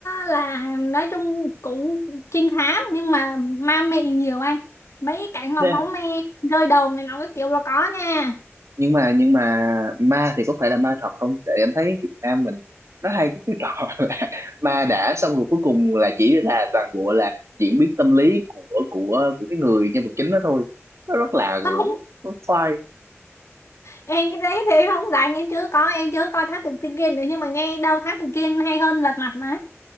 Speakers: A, on the left (about 75°); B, on the right (about 75°).
A: là nói chung cũng trinh thám nhưng mà ma mị nhiều anh mấy cảnh mà
B: Nè,
A: máu me rơi đầu này nó cái kiểu là có nha
B: Nhưng mà nhưng mà ma thì có phải là ma thật không? Tại em thấy Việt Nam mình nó hay cái cái trò <laughs> là ma đã xong rồi cuối cùng là chỉ là toàn bộ là diễn biến tâm lý của của của cái người nhân vật chính đó thôi. Nó rất là
A: không
B: nó khoai.
A: em cái đấy thì em không rảnh em chưa có em chưa coi Thám Tử Kiên nữa nhưng mà nghe đâu Thám Tử Kiên hay hơn Lật Mặt mà